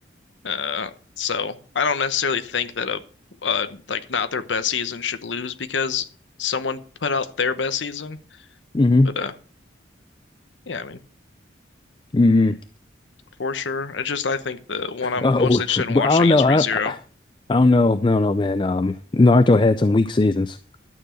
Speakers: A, on the left (about 75°); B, on the left (about 25°).
A: Uh, so I don't necessarily think that a uh like not their best season should lose because someone put out their best season.
B: Mm-hmm.
A: But uh, yeah, I mean
B: Mm-hmm.
A: for sure. It's just I think the one I'm
B: Oh,
A: most interested in
B: but
A: watching
B: I don't know.
A: is
B: I,
A: ReZero.
B: don't- I don't know. No, no, man. Um, Naruto had some weak seasons.